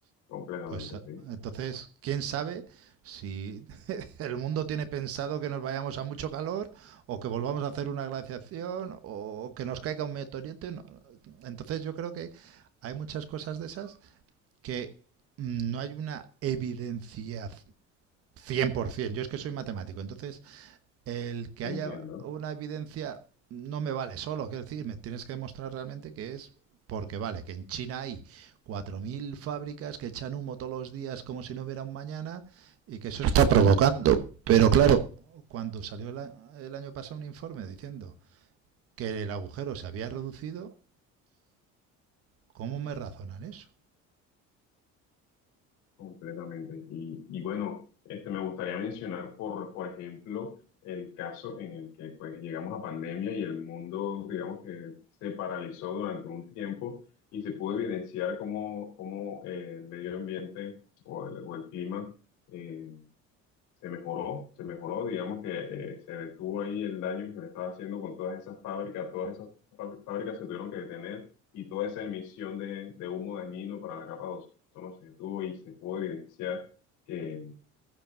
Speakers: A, on the left; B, on the right.
A: completamente.
B: pues eh,
A: sí.
B: entonces, ¿quién sabe si <laughs> el mundo tiene pensado que nos vayamos a mucho calor o que volvamos a hacer una glaciación o que nos caiga un meteorito? No. no. Entonces yo creo que hay muchas cosas de esas que mm, no hay una evidencia cien por cien Yo es que soy matemático. Entonces, el que haya
A: Entiendo
B: una evidencia no me vale solo. Quiero decir, me tienes que demostrar realmente que es porque vale, que en China hay 4.000 fábricas que echan humo todos los días como si no hubiera un mañana y que eso está provocando. Pero claro, cuando salió la- el año pasado un informe diciendo que el agujero se había reducido, ¿cómo me razonan eso?
A: completamente. Y, y bueno, este, me gustaría mencionar, por, por ejemplo, el caso en el que pues llegamos a pandemia y el mundo, digamos que se paralizó durante un tiempo y se pudo evidenciar cómo, cómo eh, el medio ambiente o el, o el clima eh, se mejoró, se mejoró, digamos que eh, se detuvo ahí el daño que se le estaba haciendo con todas esas fábricas, todas esas fá- fábricas se tuvieron que detener y toda esa emisión de, de humo dañino para la capa de ozono se detuvo y se pudo evidenciar que,